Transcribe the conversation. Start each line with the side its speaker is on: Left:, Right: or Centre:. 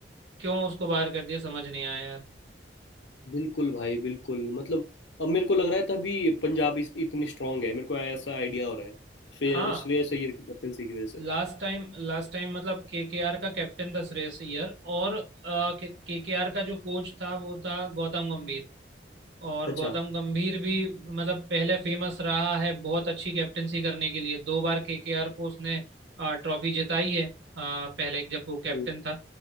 Right: क्यों उसको बाहर कर दिया समझ नहीं आया यार
Left: बिल्कुल भाई बिल्कुल मतलब अब मेरे को लग रहा है तभी पंजाब इस, इतनी स्ट्रांग है मेरे को ऐसा आइडिया हो रहा है श्रेय
Right: हाँ
Left: श्रेयस अय्यर की कैप्टनसी की वजह से
Right: लास्ट टाइम लास्ट टाइम मतलब केकेआर का कैप्टन था श्रेयस अय्यर और केकेआर का जो कोच था वो था गौतम गंभीर और
Left: अच्छा
Right: गौतम गंभीर भी मतलब पहले फेमस रहा है बहुत अच्छी कैप्टनसी करने के लिए दो बार केकेआर को उसने ट्रॉफी जिताई है आ, पहले जब वो कैप्टन
Left: हम्म
Right: था